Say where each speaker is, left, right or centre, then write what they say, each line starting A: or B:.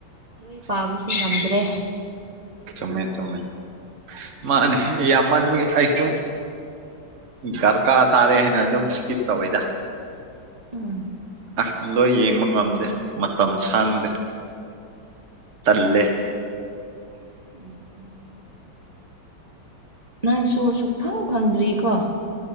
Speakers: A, on the right; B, on the right.
A: ꯅꯣꯏ ꯄꯥꯕꯁꯨ ꯉꯝꯗ꯭ꯔꯦ
B: ꯆꯨꯝꯃꯦ ꯆꯨꯝꯃꯦ ꯃꯥꯅꯦ ꯌꯥꯝꯃꯟꯕꯒꯤ ꯑꯩꯁꯨ ꯗꯔꯀꯥꯔ ꯇꯥꯔꯦ ꯍꯥꯏꯅ ꯑꯗꯨꯝ ꯏꯁꯀꯤꯞ ꯇꯧꯋꯦꯗ
A: ꯎꯝ
B: ꯑꯁ ꯂꯣꯏ ꯌꯦꯡꯕ ꯉꯝꯗꯦ ꯃꯇꯝ ꯁꯥꯡꯗꯦ ꯇꯜꯂꯦ
A: ꯎꯝ ꯃꯥꯅꯤ ꯅꯪꯁꯨ ꯁꯨꯛꯐꯪ ꯐꯪꯗ꯭ꯔꯤꯀꯣ